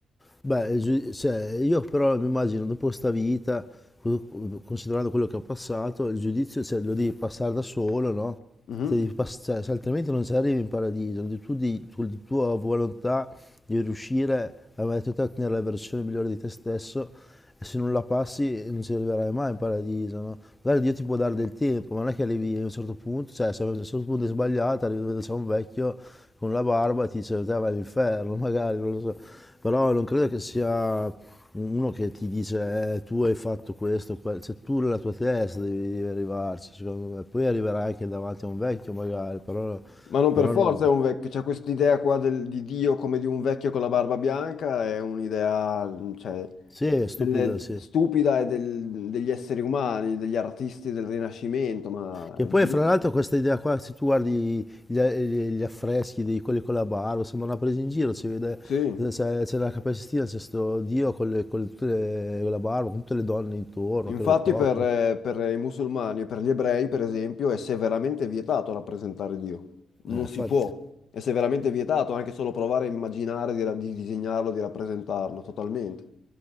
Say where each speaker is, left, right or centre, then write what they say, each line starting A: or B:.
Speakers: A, on the left; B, on the left.
A: Beh, è giu- cioè, io però mi immagino dopo questa vita, co- considerando quello che ho passato, il giudizio cioè, lo devi passare da solo, no?
B: Mhm.
A: se, devi pass- cioè, se altrimenti non ci arrivi in paradiso, devi tu di, con la tua volontà di riuscire a mettere te a ottenere la versione migliore di te stesso e se non la passi non ci arriverai mai in paradiso, no? Magari Dio ti può dare del tempo, ma non è che arrivi a un certo punto, cioè se a un certo punto è sbagliata, arrivi dove c'è un vecchio con la barba e ti dice te vai all'inferno, <laughs> magari, non lo so. Però non credo che sia uno che ti dice, eh, tu hai fatto questo, quello, cioè tu nella tua testa devi, devi arrivarci, secondo me. Poi arriverai anche davanti a un vecchio magari, però,
B: Ma non per
A: però
B: forza
A: non...
B: è un vecchio, c'è quest'idea qua del- di Dio come di un vecchio con la barba bianca, è un'idea, cioè,
A: Sì, è stupido,
B: delle-
A: sì.
B: stupida e del- degli esseri umani, degli artisti del Rinascimento, ma
A: Che
B: di-
A: poi fra l'altro questa idea qua, se tu guardi gli, gli affreschi di quelli con la barba, sembra una presa in giro, si vede,
B: sì.
A: c'è c'è la Cappella Sistina, c'è sto Dio con, le- con le- tutte le- con la barba, con tutte le donne intorno
B: Infatti
A: che lo toccano.
B: per, eh, per i musulmani e per gli ebrei, per esempio, è severamente vietato rappresentare Dio. Non
A: Eh, infatti...
B: si può. È severamente vietato anche solo provare a immaginare di, ra- di disegnarlo, di rappresentarlo, totalmente.